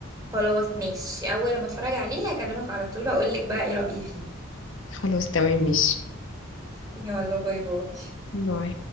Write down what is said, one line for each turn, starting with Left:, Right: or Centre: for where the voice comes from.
Right: خلاص ماشي اول لما اتفرج عليه هكلمك على طول اقول لك بقى ايه رأيي فيه
Left: خلاص تمام ماشي
Right: ماشي يلا باي باي
Left: باي